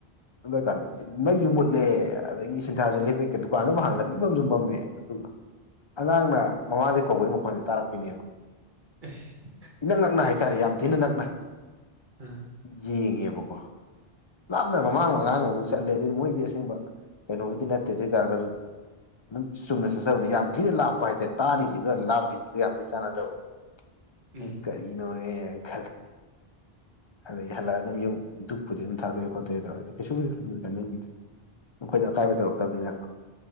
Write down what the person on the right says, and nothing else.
ꯑꯁ
ꯎꯝ
ꯎꯝ